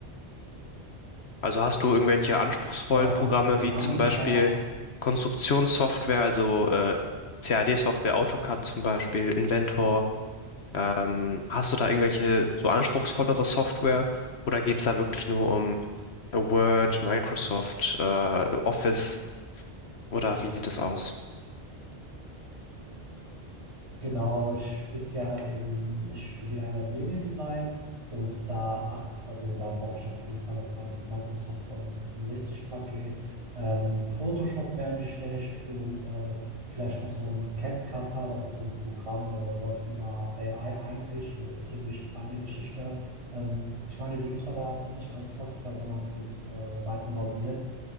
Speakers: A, on the left (about 75°); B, on the right (about 30°).
A: Also hast du irgendwelche anspruchsvollen
B: Ja, von
A: Programme
B: Programmen
A: wie zum Beispiel
B: her
A: Konstruktionssoftware, also äh, CAD-Software, AutoCAD zum Beispiel, Inventor? Ähm, hast du da irgendwelche so anspruchsvollere Software oder geht es da wirklich nur um äh, Word, Microsoft, äh, Office oder wie sieht das aus?
B: Genau, ich bin ja im, ich studiere Mediendesign und da, ach, also da brauche ich auf jeden Fall das ganze Microsoft 365-Paket. Ähm, Photoshop wäre nicht schlecht und äh, vielleicht noch so ein CapCutter, das ist so ein Programm, äh, läuft über AI eigentlich, äh, ziemlich feine Geschichte. Ähm, ich meine, die gibt es aber nicht als Software, sondern ist äh, seitenbasiert.